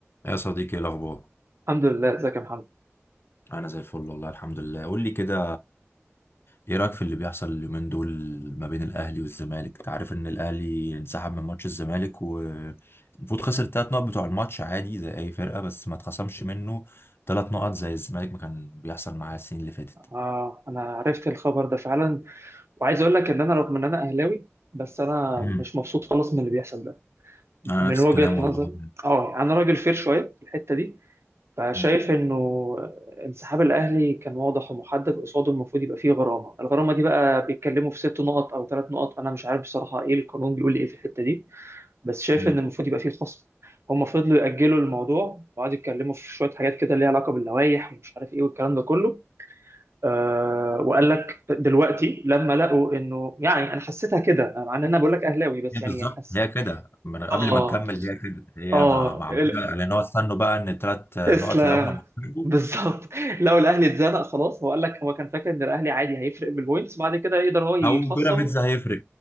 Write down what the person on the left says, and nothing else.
يا صديقي ايه الاخبار
انا زي الفل والله الحمد لله قول لي كده ايه رايك في اللي بيحصل اليومين دول ما بين الاهلي والزمالك انت عارف ان الاهلي انسحب من ماتش الزمالك والمفروض خسر الثلاث نقط بتوع الماتش عادي زي اي فرقه بس ما اتخصمش منه ثلاث نقط زي الزمالك ما كان بيحصل معاه السنين اللي فاتت
امم
انا نفس
الكلام والله
مم.
مم.
هي
بالظبط
هي كده من قبل
ما تكمل
هي كده هي
مع مع
لان هو استنوا بقى ان الثلاث نقط
لقاهم هيتحسبوا.
او بيراميدز هيفرق